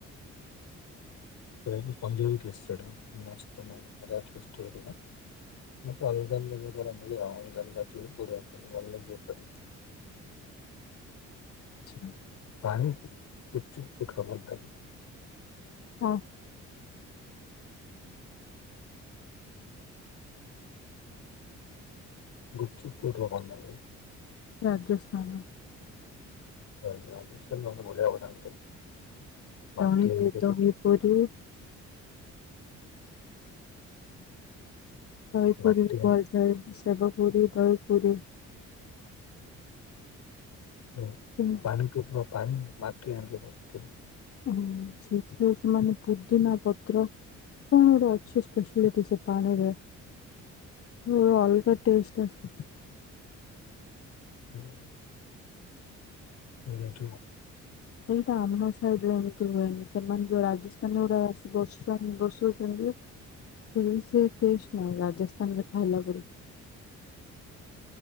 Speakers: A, on the left; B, on the left.
A: <unintelligible> ମୁଁ ସେ ଅଲଗା ଅଲଗା ଜରିଆରେ ମିଳିବ ଅଲଗା ଅଲଗା ଅଛି କୋଉଟା <unintelligible>
B: <unintelligible>
A: ପାଣି ଉଚିତ ଉଠାବାର ଲାଗି
B: ହଁ।
A: ଗୁପ ଚୁପ କିଉଠୁ। <unintelligible>
B: ରାଜସ୍ଥାନ।
A: ହ ରାଜସ୍ଥାନି ମାନେ ବଢ଼ିଆ ବନାନ୍ତି। ମାଟି
B: ଦହି
A: ହାଣ୍ଡିରେ
B: ଦହି ପୁରି। ଦହିପୁରୀ
A: ମାଟି ହାଣ୍ଡି
B: ବି <unintelligible> ସେବ ପୁରୀ, ଦହି ପୁରୀ।
A: ହୁଁ।
B: ହୁଁ।
A: ପାଣି ଟୋକିଓ ପାଣି ମାଟି <unintelligible> ବସିଥିବେ।
B: ହୁଁ ସେଇଥି ପାଇଁ ସେମାନେ ପୁଦିନା ପତ୍ର କଣ ଗୋଟେ ଅଛି ସ୍ପେସିଆଲିଟି ସେ ପାଣିରେ। ହଁ ଅଲଗା ଟେଷ୍ଟ ଆସେ।
A: ହୁଁ। <unintelligible>
B: ସେଇଟା ଆମ ସାଇଡରେ ଏମିତି ହୁଏନି। ସେମାନେ ଯୋଉ ରାଜସ୍ଥାନର ଗୋଟେ ବସଷ୍ଟାଣ୍ଡ ବସଉଛନ୍ତି। ସେ ଟେଷ୍ଟ ନାଇଁ ରାଜସ୍ଥାନରେ ଖାଇଲା ପରି।